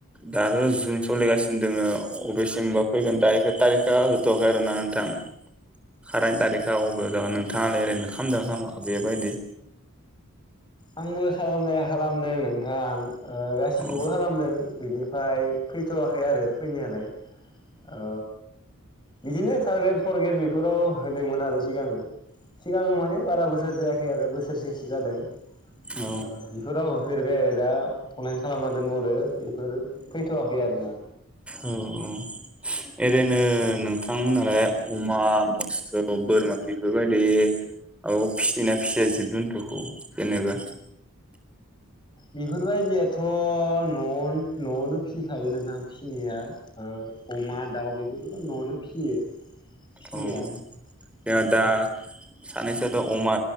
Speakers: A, in the centre; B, on the left.
A: दाथ जुन सलिगासिनो दोङो अबेसिमबा फैगोन दा एखो थारिकआ होथवाखै। आरोना नोंथां। कारेन्ट तारिखा अबेयाव जागोन नोंथाङालाय ओरैनो खालामामदों ना खामाखै बेबायदि?
B: आंबो खालामनाया खालामदों नोंथां ओ गासैखौबो
A: औ
B: खालामदों बेनि फ्राय फैथवाखै आरो फैनायालाय। औ बिदिनो थार्द ग्रेड फर्थ ग्रेड बेफोराव होदोंमोन आरो सिगांङो। सिगांङो माने बारा बोसोर जायाखै आरो बोसोरसेसो जादों।
A: औ
B: ओ बेफोराव होफेरबाय आरो दा अनलाइन खालामना दोनबावदों बेफोर फैथ'वाखै आरो ना?
A: औ औ ए रैनो नोंथांमोनालाय अमा, मोसौ, बोरमा बेफोरबायदि औ फिसिनाया फिसियो जिब-जन्थुखौ जेनेबा
B: बेफोरबायदियाथ' न' न'आवनो फिसिखायो नोंथां फिनाया ओ अमा, दाउ बेफोरखौथ' न'आवनो फिसियो। फिसिनाया
A: अ जोङो
B: ओ
A: दा सानैसोआथ' अमा